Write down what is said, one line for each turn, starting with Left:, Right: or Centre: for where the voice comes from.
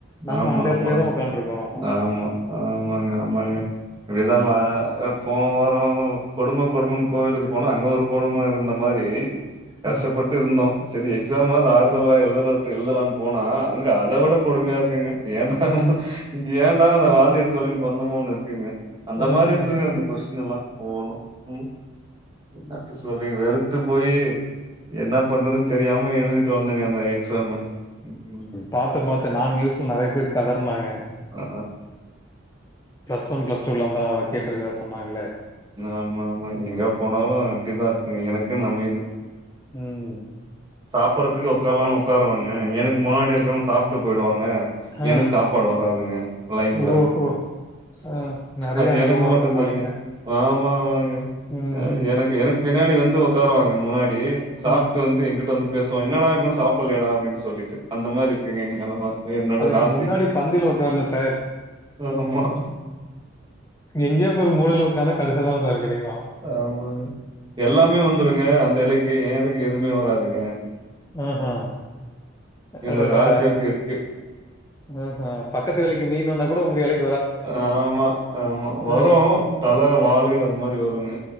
Left: நம்ம
Right: ஆமா
Left: அந்த
Right: ஆமா
Left: எடத்துலயேதா உக்காண்ட்ருக்கோ நம்ம
Right: ஆமா ஆமாங்க ஆமாங்க இப்டிதால போன வாரோ கொடும கொடுமன்னு கோயிலுக்கு போனா அங்க ஒரு கொடும இருந்த மாரி கஷ்டப்பட்டு
Left: ஆ
Right: இருந்தோ சரி எக்ஸாமாவது ஆறுதல்லா எழுத எழுதலான்னு போனா அங்க அத விட கொடுமயா இருக்குங்க ஏண்டா
Left: ஆ
Right: ஏண்டா அந்த வாத்தியார் தொழிளுக்கு வந்தமோன்னு இருக் குங்க அந்த
Left: ஆ
Right: மாரி
Left: ஆ
Right: இருதுங்க அந்த கொஸின் எல்லா ஒவ்வொன்னு ம் என்னத்த சொல்லறீங்க வெறுத்து போயி என்ன பண்றதுனு தெரியாம எழுதிட்டு வந்தங்க அந்த எக்ஸாம்மு ம்
Left: பாத்த பாத் நான் நியூஸ்ல நறைய பேர் கதறுனாங்க
Right: ஆ
Left: ப்ளஸ் ஒன் பிளஸ் டூ லந்தாலா கேட்டுருக்கதா சொன்னாங்களே
Right: ஆமா ஆமா எங்க போனாலு அப்டிதா இருக்குங்க எனக்குனு அமயுது
Left: ம்
Right: சாப்படறதுக்கு உக்காரலானு உக்காருவாங்க எனக்கு முன்னாடி இருக்கவங்க சாப்ட்டு போயிடுவாங்க
Left: ஆ
Right: எனக்கு சாப்பாடு வராதுங்க லைன்ல
Left: ஓஹோ ஆ நெறைய
Right: அது
Left: அனுபவமா
Right: எனக்கு மட்டு
Left: இருக்கு போலீங்க
Right: தாங்க ஆமா ஆமாங்க
Left: ம்
Right: அ எனக்கு எனக்கு பின்னாடி வந்து உக்காருவாங்க முன்னா டி சாப்ட்டு
Left: ம்
Right: வந்து எங்கிட்ட வந்து பேசுவா என்னடா இன்னு சாப்டலையாடா அப்டின்னு சொல்லிட்டு அந்த மாரி இருக்குங்க என் நெலம என்னோட
Left: அதுக்கு
Right: ராசி
Left: முன்னாடி பந்தில உக்கார்ணு சார்
Right: ஆமா
Left: எங்கேயோ ஒரு மூலைல உக்காந்தா கடைசில தா சார் கெடைக்கு
Right: ஆமா எல்லாமே வந்துருங்க அந்த எலைக்கு ஏ எலைக்கி எதுமே வராதுங்க
Left: ம் ஹூ
Right: என்னோட
Left: அடடடா
Right: ராசி அப்டி இருக்கு
Left: ம் ஹூ பக்கத்து எலைக்கு மீன் வந்தா கூட உங்க எலைக்கு
Right: ஆமா ஆமா வரு
Left: ம்.
Right: தல வாலு அது மாரி வருங்க